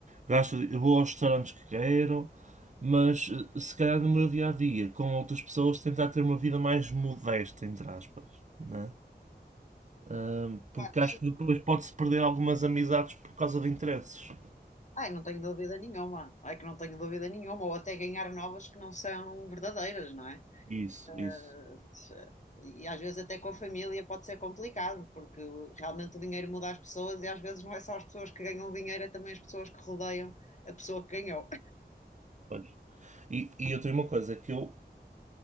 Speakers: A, on the right; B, on the left.
A: gasto, vou aos restaurantes que quero, mas eh, se calhar no meu dia a dia, com outras pessoas, tentar ter uma vida mais modesta, entre aspas, né? Ahm, porque
B: Acho-
A: acho que depois pode-se perder algumas amizades por causa de interesses.
B: Ai, não tenho dúvida nenhuma. É que não tenho dúvida nenhuma. Ou até ganhar novas que não são verdadeiras, não é?
A: Isso,
B: Eh,
A: isso.
B: E às vezes até com a família pode ser complicado, porque realmente o dinheiro muda as pessoas e às vezes não é só as pessoas que ganham dinheiro, é também as pessoas que rodeiam a pessoa que ganhou.
A: Pois. E, e eu tenho uma coisa, é que eu,